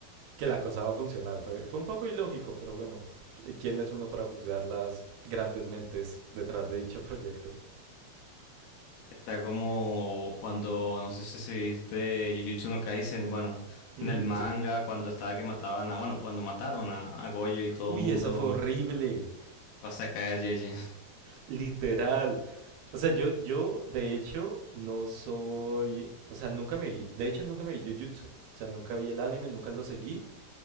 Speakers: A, on the right; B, on the left.
A: que la cosa va a funcionar. Fue, fue un poco ilógico, pero bueno, ¿qui- ¿quién es uno para juzgar las grandes mentes detrás de dicho proyecto?
B: Está como cuando, no sé si viste Jujutsu no Kaisen, bueno,
A: Mm,
B: en el manga,
A: sí.
B: cuando estaba que mataban a, bueno, cuando mataron a, a Gojo y todo
A: Uy,
B: el mundo
A: esa fue horrible,
B: pasa a caer, Yeye.
A: literal. O sea, yo, yo de hecho no soy, o sea, nunca me vi, de hecho nunca me vi Jujutsu. O sea, nunca vi el anime, nunca lo seguí,